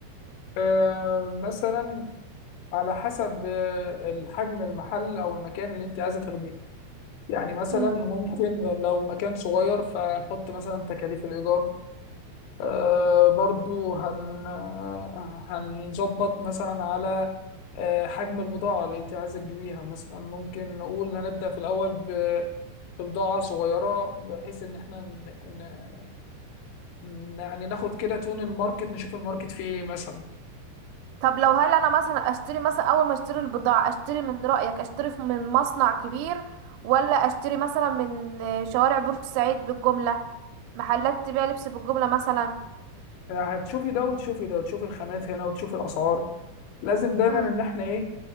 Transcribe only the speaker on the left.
آه، مثلا على حسب آه، الحجم المحل او المكان اللي انت عايزه تاخديه يعني مثلا
ممكن لو مكان صغير فنحط مثلا تكاليف الإيجار آه برضو هن آه، هنظبط مثلا على آه حجم البضاعة اللي أنت عايزة تجيبيها مثلا ممكن نقول هنبدأ في الأول ب- ببضاعة صغيرة بحيث إن إحنا ن... ن... يعني ناخد كده تون الماركت نشوف الماركت فيه إيه مثلا
يعني هتشوفي ده وتشوفي ده وتشوفي الخامات هنا وتشوفي الأسعار لازم دايما
إن إحنا إيه